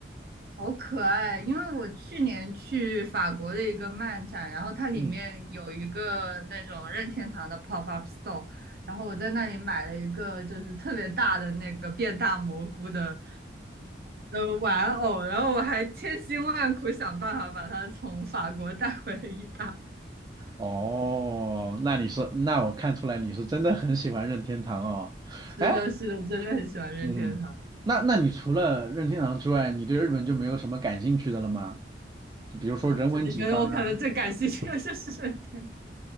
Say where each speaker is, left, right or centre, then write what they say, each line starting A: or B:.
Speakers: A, on the right; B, on the right.
A: 好可爱！因为我去年去法国的一个漫展，然后它里面有一个那种任天堂的
B: 嗯。
A: pop up store，然后我在那里买了一个就是特别大的那个变大蘑菇的呃玩偶，然后我还千辛万苦想办法把它从法国带回了意大利。
B: 哦，那你是，那我看出来你是真的很喜欢任天堂哦。
A: 是的，
B: 哎，
A: 是的，真的很喜欢任天堂
B: 嗯，那那你除了任天堂之外，你对日本就没有什么感兴趣的了吗？就比如说人文景观啊，
A: 啊！真的觉得我可能最感兴趣的就是任天